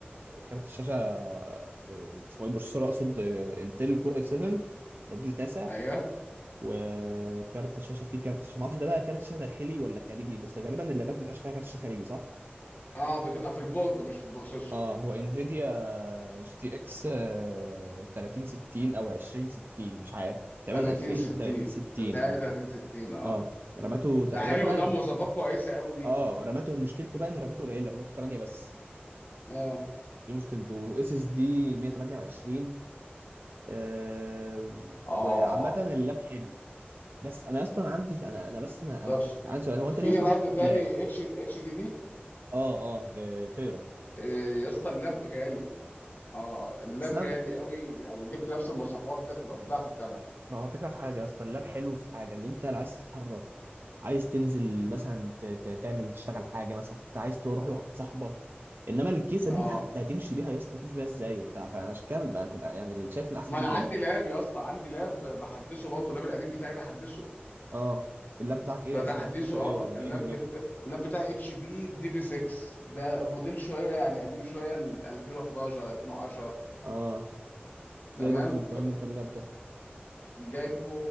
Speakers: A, on the right; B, on the left.
A: كارت الشاشه آه، اسمه ايه بروسيسور اقصد آه، انتل كور اي 7 ده جيل تاسع
B: ايوه
A: وكارت الشاشه فيه كارت شاشة ما اعرفش ده بقى كارت شاشه داخلي ولا خارجي بس غالبا اللابات ما بيبقاش فيها كارت شاشه خارجي صح
B: اه بتبقى في البورده مش في البروسيسور
A: اه هو انفيديا جي تي اكس 3060 او 2060 مش عارف تقريبا
B: 30
A: 2000
B: 60
A: 3060
B: بتهيألي
A: اه
B: 30 60 اه
A: اه رماته
B: ده
A: رماته
B: حلو
A: بقى
B: ده مواصفات كويسه قوي دي
A: اه رماته مشكلته بقى انه رماته قليله رماته 8 بس
B: اه
A: دي مشكلته اس اس دي 128 آه
B: اه
A: وعامه اللاب حلو بس انا اصلا عندي انا انا بس انا
B: طب
A: انا عندي سؤال هو انت
B: في
A: ليه اصلا
B: هارد
A: جبت
B: تاني
A: لاب
B: اتش اتش دي دي
A: اه اه آه، تقرا
B: إيه يا اسطى اللاب غالي اه اللاب
A: اصل
B: غالي
A: أنا-
B: قوي او جبت نفس المواصفات دي تبقى بضعف الثمن
A: ما هو فكره في حاجه يا اسطى اللاب حلو في حاجه ان انت لو عايز تتحرك عايز تنزل مثلا ت- ت- تعمل تشتغل حاجه مثلا انت عايز تروح لواحد صاحبك انما الكيسه دي
B: اه
A: انت هت- هتمشي بيها يا اسطى هتمشي بيها ازاي وبتاع فعشان كده بقى كنت يعني شايف ان احسن
B: ما
A: تجيب
B: انا عندي
A: لاب
B: لاب يا اسطى عندي لاب بحدثه برضه اللاب القديم بتاعي بحدثه
A: اه اللاب بتاعك ايه
B: فتحديثه
A: اصلا مواصفاته
B: اه
A: ايه ولا
B: اللاب
A: ايه دنيته
B: بت... اللاب بتاعي اتش بي دي في 6 ده موديل شويه يعني قديم شويه ال 2011 2010
A: اه
B: تمام
A: جايبه انت من زمان انت اللاب ده
B: فجايبه